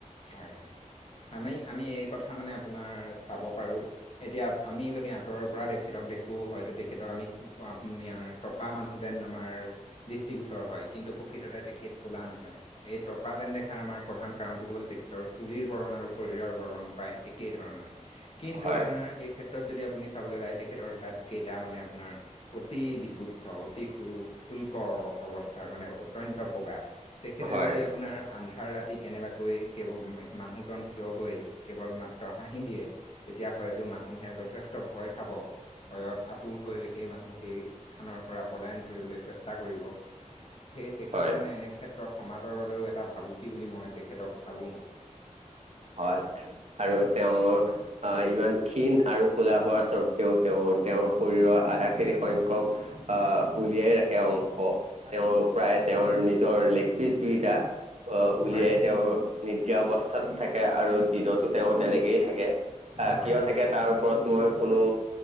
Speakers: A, on the left; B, on the right.
A: হয় হয় আমি আমি এই কথা মানে আপোনাৰ চাব পাৰো এতিয়া আমি যদি আঁতৰৰ পৰা দেখি থাকোঁ দেখো হয়তো তেখেতক আমি আপুনি টপা মানুহ যেন আমাৰ দৃষ্টিগোচৰ হয়, কিন্তু প্ৰকৃততে তেখেত ক'লা নহয়, এই টপা যেন দেখাৰ আমাৰ প্ৰধান কাৰণটো হ'ল তেখেতৰ চুলিৰ বৰণ আৰু শৰীৰৰ বৰণ প্ৰায় একেই ধৰণৰ, কিন্তু
B: হয়,
A: আপোনাৰ এই ক্ষেত্ৰত যদি আপুনি চাবলৈ যায় তেখেতৰ দাঁতকেইটা মানে আপোনাৰ অতি বিশুদ্ধ অতি শু শুল্কৰ। অৱস্থাৰ মানে অত্যন্ত বগা তেখেতে
B: হয়,
A: যদি আপোনাৰ আন্ধাৰ ৰাতি কেনেবাকৈ কেৱ মানুহজন থিয় হৈ কেৱল মাত্ৰ হাঁহি দিয়ে, তেতিয়া হয়তো মানুহে যথেষ্ট ভয় খাব। ভয়ত আঁতুৰ হৈ সেই মানুহ সেই স্থানৰ পৰা পলায়ন কৰিবলৈ চেষ্টা কৰিব। <inaudible> সেই তেখেতে
B: হয়,
A: মানে এনে ক্ষেত্ৰত সমাজৰ বাবেও এটা ভাবুকি বুলি মই তেখেতক ভাবোঁ।
B: হয়, আৰু তেওঁৰ আহ ইমান ক্ষীণ আৰু কোলা হোৱা স্বৰ্তেও তেওঁ তেওঁৰ শৰীৰৰ আধা খিনি শংখ্যক আ উলিয়াই ৰাখে অংশ তেওঁৰ প্ৰাই তাই তেওঁৰ নিজৰিচ লেগ পিছ তিৰ্ত উলিয়াই
A: হয়
B: তেওঁ নিদ্ৰা অৱস্থাত থ থাকে আৰু দিনতো তেওঁ তেনেকেই থাকে আহ
A: হয়
B: কিয় থাকে তাৰ ওপৰত মোৰ কোনো